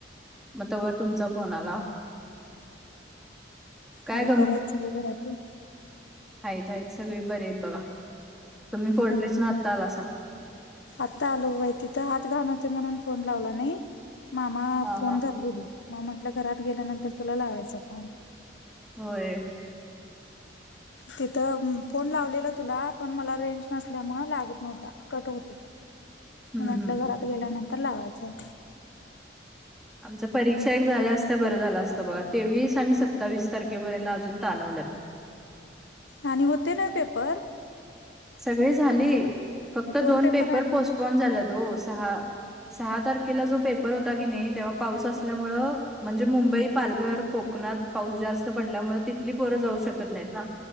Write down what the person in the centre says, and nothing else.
मग तवर तुमचा फोन आला. काय
हायत हायत सगळी बरे आहेत बघा, तुम्ही पोल्ट्रीसंन
आता आलासा.
हा
हा
होय.
<inaudible>
हम्म
आमच्या परीक्षा एक झाल्या असत्या बरं झालं असतं बघा तेवीस आणि सत्तावीस तारखेपर्यंत अजून ताणवलेत.
सगळी झाली
फक्त दोन पेपर
पोस्टपॉन
झालेत ओ सहा सहा तारखेला जो पेपर होता की नाही तेव्हा पाऊस असल्यामुळं म्हणजे मुंबई, पालघर, कोकणात पाऊस जास्त पडल्यामुळे तिली पोरं जाऊ शकत नाहीत ना.